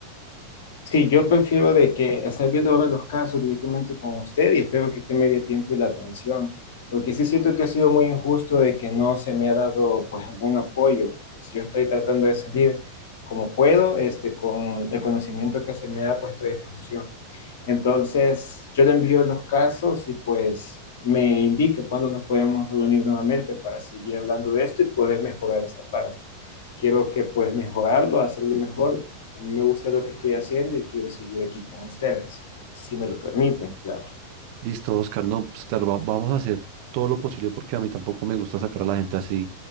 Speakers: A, on the left (about 55°); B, on the right (about 45°).
A: Sí, yo prefiero de que estar viendo ahora los casos directamente con usted y espero que usted me dé tiempo y la atención, porque sí siento que ha sido muy injusto de que no se me ha dado pues algún apoyo. Pues yo estoy tratando de salir como puedo, este, con el conocimiento que se me ha puesto a disposición. Entonces, yo le envío los casos y pues me indica cuándo nos podemos reunir nuevamente para seguir hablando de esto y poder mejorar esta parte. Quiero que pues mejorarlo, hacerlo mejor. A mí me gusta lo que estoy haciendo y quiero seguir aquí con ustedes, si me lo permiten, claro.
B: Listo, Oscar. No, pues claro, va- vamos a hacer todo lo posible porque a mí tampoco me gusta sacar a la gente así,